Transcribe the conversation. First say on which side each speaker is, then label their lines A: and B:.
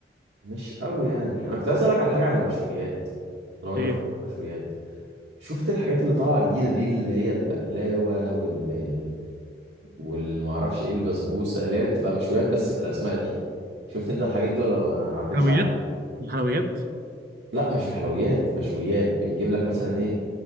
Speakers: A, on the right (about 75°); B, on the right (about 55°).
A: مش قوي يعني أنا كنت عايز أسألك على حاجة عن المشويات طالما أنت
B: ايه
A: بتحب المشويات شفت الحاجات اللي طالعة جديدة دي اللي هي البقلاوة وال والمعرفش إيه البسبوسة اللي هي بتبقى مشويات بس بالأسماء دي شفت أنت الحاجات دي ولا ما عدتش
B: حلويات الحلويات
A: لا مش في حلويات مشويات بيجيب لك مثلا ايه